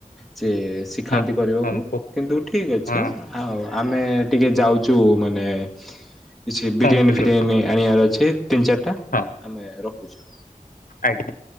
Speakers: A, in the centre; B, on the left.
A: ଯେ ସେ ଶିଖାନ୍ତି
B: ହଁ
A: କରିବାକୁ
B: ହଁ ବ-
A: କିନ୍ତୁ ଠିକ୍ ଅଛି।
B: ହଁ
A: ଆଉ ଆମେ ଟିକେ ଯାଉଛୁ ମାନେ କିଛି ବିରିୟାନୀ
B: ଫର୍ମ ଫିଲପ
A: ଫିରିୟାନୀ ଆଣିବାର ଅଛି ତିନି ଚାରିଟା
B: ହଁ
A: ଆମେ ରଖୁଛୁ।
B: ଆଜ୍ଞା।